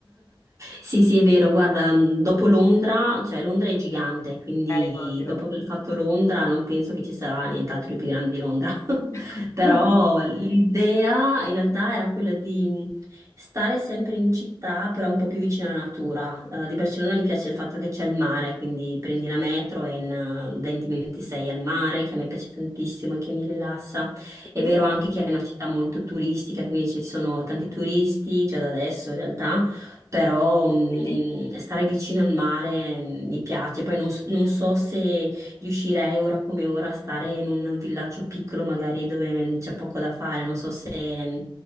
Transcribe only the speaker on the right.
Sì, sì, è vero, guarda, mh, dopo Londra, cioè Londra è gigante, quindi
dopo aver fatto Londra non penso che ci sarà nient'altro di più grande di Londra. <laughs>
Però
l'idea in realtà era quella di mhmm, stare sempre in città, però un po' più vicino alla natura. Eh, di Barcellona mi piace il fatto che c'è il mare, quindi prendi la metro e in eh, 20 minuti sei al mare, che a me piace tantissimo e che mi rilassa. È
vero anche che è una città molto turistica, quindi ci sono tanti turisti già da adesso in realtà però mm,
in- stare vicino al mare mm, mi piace. Poi non, s- non so se riuscirei ora come ora a stare in un villaggio piccolo, magari dove mm, c'è poco da fare. Non so se mm,